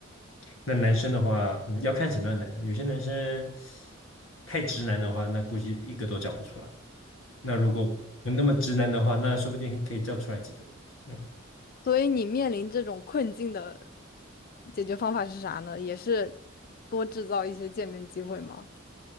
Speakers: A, on the left; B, on the left.
A: 那男生的话，嗯，要看什么样的男生，有些男生太直男的话，那估计一个都叫不出来。那如果不那么直男的话，那说不定可以叫出来几个。嗯。
B: 所以你面临这种困境的。解决方法是啥呢？也是多制造一些见面机会吗？